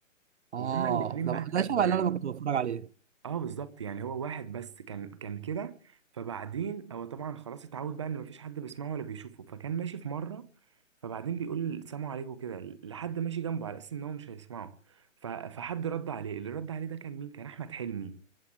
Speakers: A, on the right (about 55°); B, on the right (about 20°).
A: اه
B: وهما الاتنين
A: ده
B: بقى اتقابلوا
A: ده شبه اللي
B: يعني
A: انا كنت بتفرج عليه
B: اه بالظبط يعني هو واحد بس كان كان كده فبعدين هو طبعا خلاص اتعود بقى ان مفيش حد بيسمعه ولا بيشوفه فكان ماشي في مره فبعدين بيقول سلام عليكم كده لحد ماشي جنبه على اساس ان هو مش هيسمعه ف- فحد رد عليه اللي رد عليه ده كان مين كان احمد حلمي